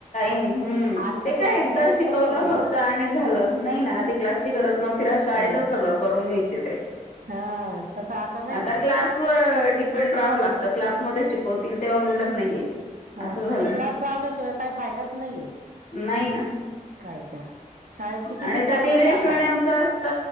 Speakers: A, on the left (about 65°); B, on the right (about 80°).
A: हम्
B: आधी
A: ते
B: तर
A: काय
B: क्लासची
A: एकदा
B: गरज
A: शिकवता
B: पण नव्हती
A: फक्त
B: हो
A: आणि झालं नाही ना ती क्लासची गरज नव्हती शाळेतच
B: गरज
A: सगळं करून घ्यायचे ते
B: हां तसं नाही
A: आता
B: ना
A: क्लास वथ डिपेंड रावं लागतं क्लासमध्ये शिकवतील तेव्हा मुल्लानाही
B: हां
A: असं झालंय
B: आणि क्लास लावल्याशिवाय काही फायदाच नाही आहे
A: नाही ना्
B: काय तर शाळेत किती
A: आणि
B: बी चांगलं
A: त्यात इंग्लिश
B: टाका
A: मिडियमच असत